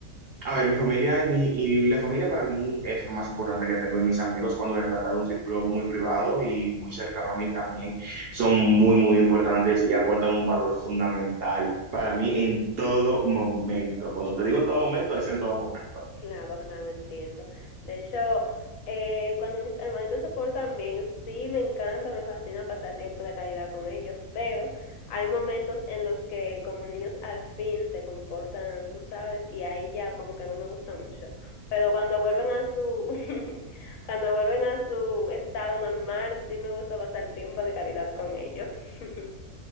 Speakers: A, on the right; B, on the left.
A: a ver, mi familia y, mi, y la familia para mí es lo más importante que tengo y mis amigos cuando se trata de un círculo muy privado y muy cercano a mí también son muy, muy importantes y aportan un valor fundamental para mí en todo momento. Cuando te digo en todo momento, es en todo momento.
B: Claro, claro, entiendo. De hecho, eh, cuando mis hermanitos se portan bien, sí me encanta, me fascina pasar tiempo de calidad con ellos, pero hay momentos en los que como niños al fin se comportan, tú sabes, y ahí ya como que no me gusta mucho. Pero cuando vuelven a su, <laughs> cuando vuelven a su estado normal, sí me gusta pasar tiempo de calidad con ellos. <laughs>